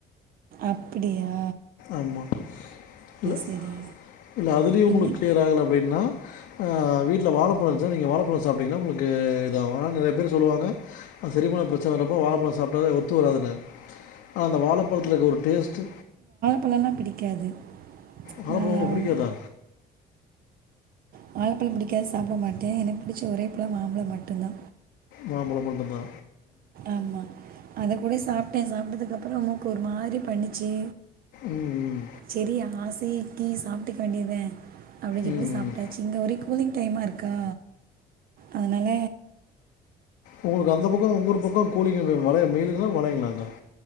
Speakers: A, on the right; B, on the left.
A: அப்பிடியா
B: ஆமா இல்ல
A: சரி
B: இல்ல அதுலயு உங்களுக்கு
A: இன்னை
B: க்ளியர் ஆகல அப்டின்னா அ வீட்ல வாழப்பழ இருந்துச்சா நீங்க வாழப்பழ சாப்ட்டீங்கன்னா உங்களுக்கு இதாகு ஆனா நெறைய பேர் சொல்லுவாங்க அது செரிமான ப்ரச்சன வந்தப்போ வாழப்பழ சாப்ட்டா ஒத்து வராதுண்ணு ஆனா அந்த வாழப்பழத்ல இருக்கு ஒரு டேஸ்ட்டு
A: ப்பழனா பிடிக்காது
B: வாழபழ
A: நான்
B: உங்களுக்கு புடிக்காதா
A: வாழப்பழ புடிக்காது சாப்ட மாட்டே எனக் புடிச்ச ஒரே பழ மாம்பழ மட்டுந்தா
B: மாம்பழ மட்டுந்தா
A: ஆமா அத கூட சாப்ட்டே சாப்ட்டதுக்கு அப்ற னு ஒரு மாரி பண்ணி ஜி
B: ம் ம்
A: சரி ஆசைக்கி சாப்ட்டுக்க வேண்டித அப்டிங்கிருந்து
B: ம்
A: சாப்ட்டாச்சு
B: ம்
A: இங்க ஒரே கூலி்ங் டைமா இருக்கா அதனால
B: உங்களுக்கு அந்த பக்க இன்னொரு பக்க கூலிங்க் மலை மேடுங்களா மலைங்களா <unintelligible>